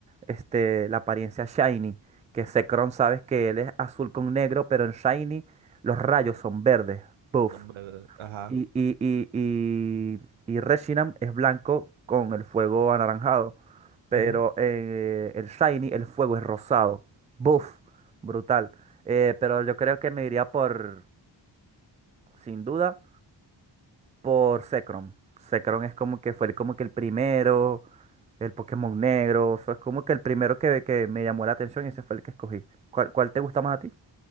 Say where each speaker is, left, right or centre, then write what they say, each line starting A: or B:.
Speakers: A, on the right; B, on the right.
A: este, la apariencia shiny, que Zekrom sabes que él es azul con negro, pero en shiny los rayos son verdes. Buf.
B: Son ver- Ajá.
A: Y, y, y, y, y Reshiram es blanco con el fuego anaranjado. Pero
B: ujú.
A: eh, el Shiny, el fuego es rosado. Buff, brutal. Eh, pero yo creo que me iría por, sin duda, por Zekrom. Zekrom es como que fue como que el primero, el Pokémon negro. Fue como que el primero que, que me llamó la atención y ese fue el que escogí. ¿Cuál, cuál te gusta más a ti?